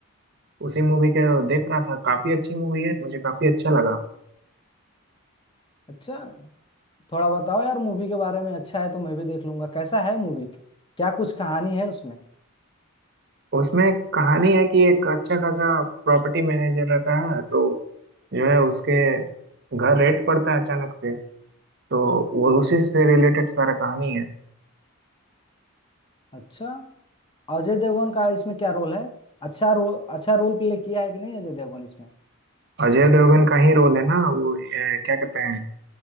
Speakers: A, on the right (about 50°); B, on the left (about 20°).
A: उसी मूवी के देख रहा था काफी अच्छी मूवी है मुझे काफी अच्छा लगा
B: अच्छा थोड़ा बताओ यार मूवी के बारे में अच्छा है तो मैं भी देख लूंगा कैसा है मूवी क्या कुछ कहानी है उसमें
A: उसमें कहानी है कि एक अच्छा खासा प्रॉपर्टी मैनेजर रहता है तो जो है उसके घर रेड पड़ता है अचानक से तो वो उसी से रिलेटेड सारा कहानी है
B: अच्छा अजय देवगन का इसमें क्या रोल है अच्छा रोल अच्छा रोल प्ले किया है कि नहीं अजय देवगन इसमें
A: अजय देवगन का ही रोल है ना वो ए, क्या कहते हैं